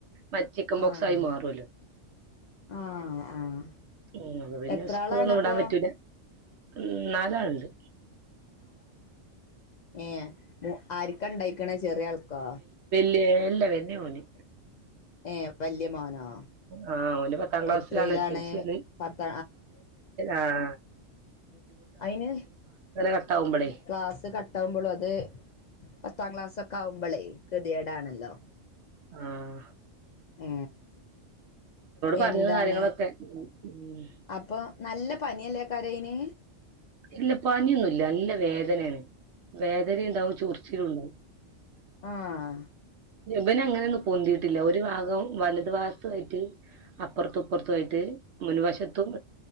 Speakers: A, on the right (about 65°); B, on the left (about 70°).
A: മറ്റ ചിക്കൻ ബോക്സ്
B: ആഹ്
A: ആായി മാറല്ലോ
B: ആഹ് ആഹ്
A: ഉ അ പിന്നെ
B: എത്ര
A: സ്കൂളൊന്നും
B: ആളാണപ്പൊ
A: വിടാൻ പറ്റൂില്ല ഉം നാലാളുണ്ട്
B: ഏ ആരിക്ക ഉണ്ടായിക്കണ ചെറിയ ആൾക്കാ
A: എല്ലവേ നവ നി
B: ഏഹ് വല്യ മോനോ
A: ആഹ് ഒ പത്താം ക്ലാസ്സിലാണ്
B: എത്രയിലാണ്
A: ശ
B: പത്ത
A: ആഹ
B: അതിന്
A: കട്ടാവുമ്പളേ
B: ക്ലാസ് കട്ട ആാവുമ്പോളു അത് പത്താം ക്ലാസ്ക്കെ കവമ്പളേ ഗൃതിയേടാണല്ലോ
A: ആഹ
B: ആ
A: പറഞ്ഞത്
B: എന്താണ്
A: കാര്യങ്ങളൊക്കെ ഉം ഉം
B: അപ്പൊ നല്ല പനിയല്ലക്കെ കരനി
A: ഇല്ല പനിയൊന്നുംല്ല നല്ല വേദനയാണ് വേദനയുണ്ടാവും ചറച്ചിലും ഉണ്ടാവും
B: ആഹ
A: വന അങ്ങനെയൊന്നും പൊന്തിീയിട്ടില്ല ഒരു ഭാഗം വലതു ഭാഗത്ത ആയിട്ട് അപ്പുറത്തുംപ്പുറത്തുയിട്ട് മുൻവശത്തും